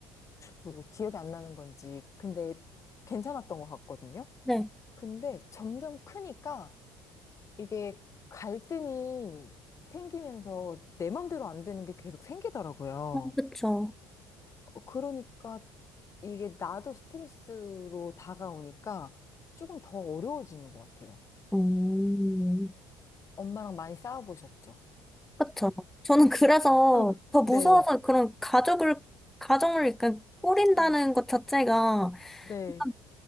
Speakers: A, on the left; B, in the centre.
A: 뭐 기억이 안 나는 건지 근데 괜찮았던 것 같거든요.
B: 네.
A: 근데 점점 크니까 이게 갈등이 생기면서 내 맘대로 안 되는 게 계속 생기더라고요.
B: 어, 그쵸.
A: 어, 그러니까 이게 나도 스트레스로 다가오니까 조금 더 어려워지는 것 같아요.
B: 음.
A: 엄마랑 많이 싸워보셨죠?
B: 그쵸. 저는 그래서
A: 응,
B: 더 무서워서
A: 네,
B: 그런 가족을, 가정을 약간 꾸린다는
A: 음.
B: 것 자체가,
A: 네,
B: 약간,